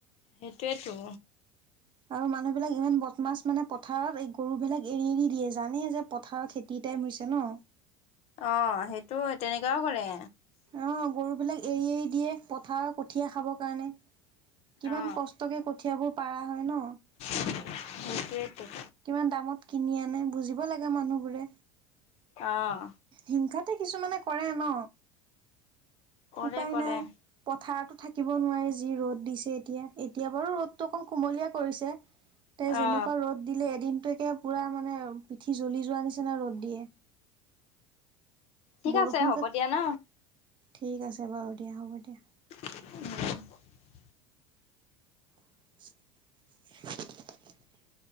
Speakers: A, on the left; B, on the right.
A: সেইটোৱেতো।
B: আৰু মানুহ বিলাক ইমান বটমাছ মানে পথাৰত এই গৰু বিলাক এৰি এৰি দিয়ে জানেই যে পথাৰৰ খেতিত <unintelligible> হৈছে ন।
A: অ', সেইটো তেনেকুৱাও কৰে।
B: অ', গৰু বিলাক এৰি এৰি দিয়ে পথাৰ কঠীয়া খাবৰ কাৰণে। কিমান
A: অ
B: কষ্টকে কঠিয়াবোৰ পাৰা হয় ন।
A: সেইটোৱেই টো।
B: কিমান দামত কিনি আনে বুজিব লাগে মানুহবোৰে
A: আহ।
B: হিংসাতে কিছুমানে কৰে ন
A: কৰে
B: উপায়
A: কৰে
B: নাই পথাৰত। থাকিব নোৱাৰে যি ৰ'দ দিছে এতিয়া এতিয়া বাৰু ৰ'দটো অকণ কুমলীয়া কৰিছে। তে যেনেকুৱা
A: অ
B: ৰ'দ দিলে এদিনটো একে পুৰা মানে পিঠি জ্বলি যোৱা নিচিনা ৰ'দ দিয়ে।
A: ঠিক
B: বৰষুণকে
A: আছে হ'ব দিয়া ন।
B: ঠিক আছে বাৰু দিয়া হ'ব দিয়া।
A: উম।
B: <inaudible>